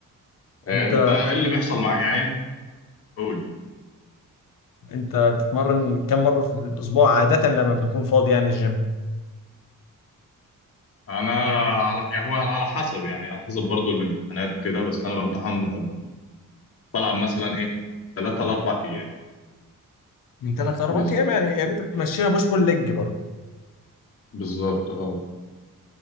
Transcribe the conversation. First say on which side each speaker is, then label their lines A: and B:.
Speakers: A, on the left; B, on the left.
A: آه،
B: انت
A: انت ايه اللي بيحصل معاك يعني انت قول قول.
B: انت بتتمرن كم مره في الاسبوع عاده لما بتكون فاضي يعني الجيم
A: انا على يعني هو على حسب يعني على حسب برضو الامتحانات كده بس انا بامتحن بلعب مثلا ايه ثلاثة لأربع أيام
B: من ثلاث اربع
A: في الأسبوع
B: ايام يعني يعني انت بتمشيها بوش بول ليج برضه
A: بالظبط اه